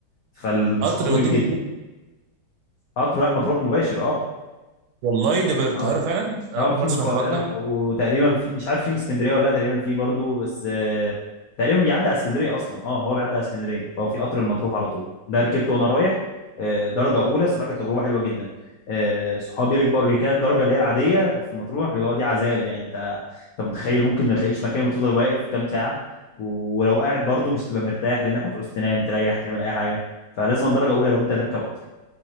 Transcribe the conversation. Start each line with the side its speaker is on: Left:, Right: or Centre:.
Left: فالمشوار
Right: قطر
Left: طويل
Right: يوديك
Left: جدا
Right: مطروح.
Left: اه تروح ما تروح مباشر اه
Right: والله ده بالقاهره
Left: اه
Right: فعلا انا
Left: اه
Right: اول
Left: في
Right: مره اسمع
Left: من القاهرة
Right: الحوار ده
Left: وتقريبا في مش عارف في من اسكندرية ولا لا تقريبا في برضو بس آه، تقريبا بيعدي على اسكندرية أصلا اه هو بيعدي على اسكندرية فهو في قطر المطروح على طول ده ركبته وأنا رايح آه، درجة أولى صراحة كانت تجربة حلوة جدا آه، صحابي ركبوا قبل كده الدرجة اللي هي العادية في مطروح اللي هو دي عذاب يعني أنت أنت متخيل ممكن ما تلاقيش مكان وتفضل واقف كام ساعة ولو قاعد برضو مش تبقى مرتاح لأنك هتعوز تنام تريح تعمل أي حاجة فلازم درجة أولى لو أنت هتركب قطر